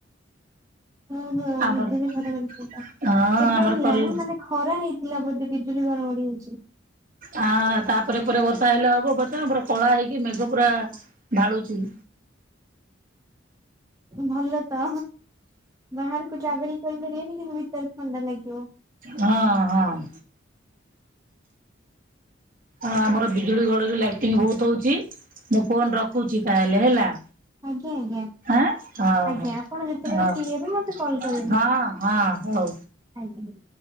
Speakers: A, on the right; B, on the right.
A: ଓ ହୋ
B: ଆମର
A: ନିଜେ ବି କରି
B: ହଁ
A: ଏବେ
B: ଆମର
A: ହେଲାଣି
B: କଲୁ
A: ମାନେ ଖରା ହେଇଥିଲା ବେ ବିଜୁଳି ଘଡ ଗଡି ହଉଛି।
B: ଆ ତାପରେ ପରେ ବର୍ଷା ହେଲେ ହବ ବର୍ତ୍ତମାନ ପୁରା କଳା ହେଇକି ମେଘ ପୁରା ଢାଳୁଛି।
A: ଭଲ ତ ବାହାରକୁ ଟ୍ରାଭେଲି କରିପାରିବେନି କିମ ଭିତରେ ଥଣ୍ଡା ଲାଗିବ।
B: ହଁ ହଁ। ଆ ଆମର ବିଜୁଳି ଘଡି ଲାଇଟିଙ୍ଗ ବହୁତ ହଉଛି। ମୁଁ ଫୋନ ରଖୁଛି ତାହେଲେ ହେଲା।
A: ଆଜ୍ଞା ଆଜ୍ଞା।
B: ଆଁ ହଉ
A: ଆଜ୍ଞା
B: ହଉ।
A: ଆପଣ ଯେତେବେଳେ
B: ହଉ
A: ଫ୍ରି ହେବେ ମତେ କଲ କରିବେ।
B: ହଁ ହଁ ହଉ।
A: ଆଜ୍ଞା।